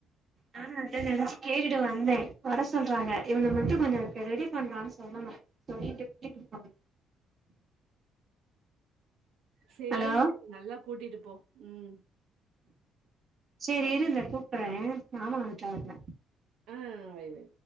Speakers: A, on the right (about 30°); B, on the right (about 80°).
A: ஆ அதா நெனைச்சு கேட்டு வந்தே வர சொல்றாக இவன மட்டு கொஞ்சோ ரெடி பண்றான்னு சொல்லணு சொல்லி <unintelligible> குடுப்பாங்க
B: சேரி
A: ஹலோ
B: சேரி நல்லா கூட்டிட்டு போ ம்
A: சேரி இரு இந்தா கூப்புறே மாமா வந்துட்டாப்ல
B: ஆ வைய் வை